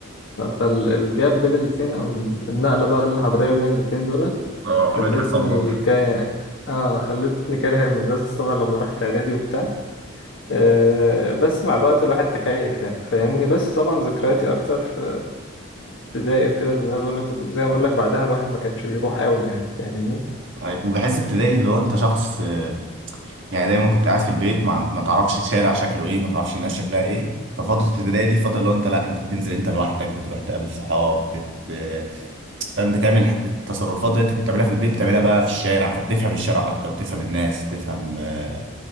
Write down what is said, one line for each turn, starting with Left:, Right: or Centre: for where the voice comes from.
Left: فالجاب بين الاتنين أو النقلة بقى الحضرية بين الاتنين دول
Right: آه،
Left: خلتني
Right: قابلت لك صدمة
Left: ك... آه خلتني كاره المدرسة طبعا لما رحت إعدادي وبتاع آه بس مع الوقت الواحد تكيف يعني فاهمني بس طبعا ذكرياتي أكتر في ابتدائي وكده اللي أنا بقولك زي ما بقولك بعدها الواحد ما كانش بيروح قوي يعني فاهمني
Right: أي- وبحس ابتدائي اللي هو انت شخص آه، يعني دايما كنت قاعد في البيت مع ما تعرفش الشارع شكله ايه ما تعرفش الناس شكلها ايه ففترة ابتدائي دي فترة اللي هو انت لا انت بتنزل انت لوحدك بتروح تقابل صحاب بت... آه، فاهم بتعمل التصرفات اللي انت كنت بتعملها في البيت بتعملها بقى في الشارع فبتفهم الشارع اكتر بتفهم الناس تفهم آه،